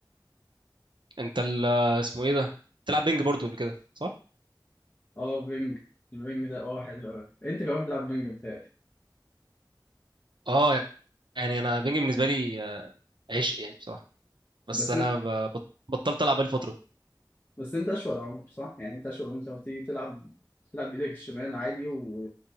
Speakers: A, on the right; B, on the left.
A: انت ال اسمه ايه ده بتلعب بينج برضو قبل كده صح
B: اه بينج البينج ده اه حلو أوي. انت كمان بتلعب بينج بتهيألي
A: اه يعني انا البينج بالنسبه لي آه، عشق يعني بصراحه بس
B: بس
A: انا
B: إن-
A: ب- بط- بطلت العب بقالي فتره
B: بس انت اشول عمر صح يعني انت اشول وانت لما بتيجي تلعب تلعب بايدك الشمال عادي و